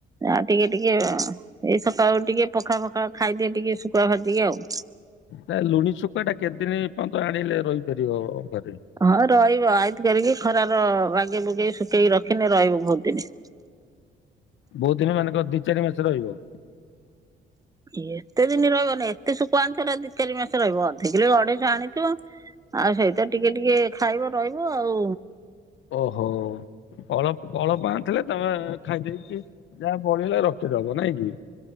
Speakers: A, on the right; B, on the left.
A: ଆ ଟିକେ ଟିକେ ଏଇ ସକାଳୁ ଟିକେ ପଖାଳ ଫଖାଳ ଖାଇଦିଏ ଟିକେ ଶୁଖୁଆ ଭାଜିକି ଆଉ।
B: ନା ଲୁଣି ଶୁଖୁଆଟା କେତେଦିନ ପର୍ଯ୍ୟନ୍ତ ଆଣିଲେ ରହିପାରିବ ଘରେ?
A: ହଁ ରହିବ ଆଇତି କରିକି ଖରାର ବାଗେଇ ବୁଗେଇ ଶୁଖେଇକି ରଖିନେ ରହିବ ବହୁତ ଦିନ।
B: ବହୁତ ଦିନ ମାନେ କଣର ଦି ଚାରି ମାସ ରହିବ?
A: ଏତେ ଦିନ ରହିବନି। ଏତେ ଶୁଖୁଆ ଆଣିଛ ନା ଦି ଚାରି ମାସ ରହିବ ଅଧିକିଲ ଅଢେଇସ ଆଣିଥିବ। ଆଉ ସେଇ ତ ଟିକେ ଟିକେ ଖାଇବ ରହିବ ଆଉ।
B: ଓହୋ ଅଳ ଅଳପ ଆଣି ଥିଲେ ତମେ ଖାଇ ଦେଇକି ଯାହା ବଳିଲା ରଖିଦବ ନାଇଁ କି?